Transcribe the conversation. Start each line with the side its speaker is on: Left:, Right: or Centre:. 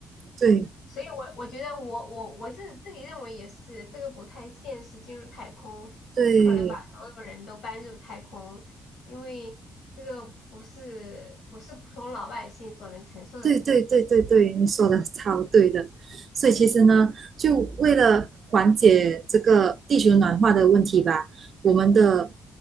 Right: 对
Left: 所以我，我觉得我我我自自己认为也是，这个不太现实，进入太空不可能把所有人都搬入太空，
Right: 对，
Left: 因为这个不是不是普通老百姓所能承受的这个然
Right: 对对对对对，你说的超对的。所以其实呢，就为了缓解这个地球暖化的问题吧，我们的